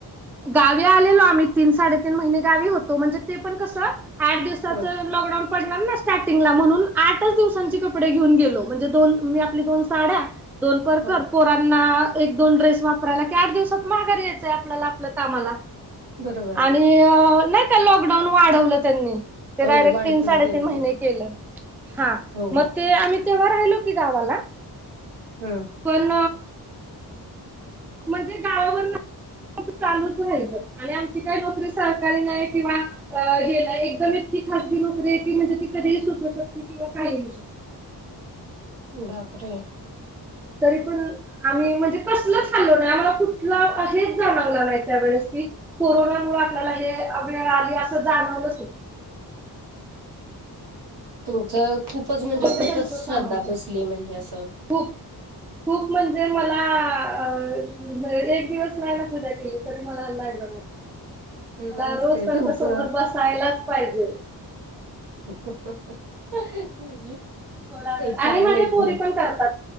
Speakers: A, in the centre; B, on the right (about 80°).
A: गावी आलेलो आम्ही तीन साडेतीन महिने गावी होतो, म्हणजे ते पण कसं आठ दिवसाच
B: हं
A: लॉकडाऊन पडला ना स्टार्टिंगला म्हणून आठच दिवसांचे कपडे घेऊन गेलो म्हणजे दोन मी आपली दोन साड्या दोन परकर,
B: हं
A: पोरांना एक दोन ड्रेस वापरायला की आठ दिवसात घरी यायचंय आपल्याला आपल्या कामाला
B: बरोबर आहे.
A: आणि अ ते लॉकडाऊन वाढवलं त्यांनी ते
B: हो
A: डायरेक्ट
B: वाढतच
A: तीन साडेतीन
B: गेलं
A: महिने
B: ते
A: केलं, हा
B: हो
A: मग ते आम्ही तेव्हा राहिलो की गावाला
B: हम्म
A: पण म्हणजे गावावरन चालूच राहियल आणि आमची काय नोकरी सरकारी नाही किंवा हे ना एकदम इतकी खाजगी नोकरी आहे ती म्हणजे ती कधीही सुटू शकते किंवा काही होऊ शकते.
B: बापरे!
A: तरी पण आम्ही म्हणजे कसलच हाल्लो नाही आम्हाला कुठला हेच जाणवला नाही त्यावेेळेस की कोरोनामुळ आपल्याला हे वेळ आली असं जाणवलंच
B: तुमचं खूपच
A: इतकं
B: म्हणजे खूपच
A: त्यांचं
B: श्रद्धा
A: सांगायचं
B: बसलीये म्हणजे असं
A: खूप खूप म्हणजे मला अ एक दिवस रायला पूजा केली तरी मला अंदाज लागला नाही. मला
B: मस्त
A: रोज
B: आहे
A: त्यांच्या
B: तुमचं.
A: समोर बसायलाच पाहिजे.
B: <unintelligible>
A: थोडा वेळ
B: चांगलंय
A: आणि माझ्या पोरी
B: खरं
A: पण करतात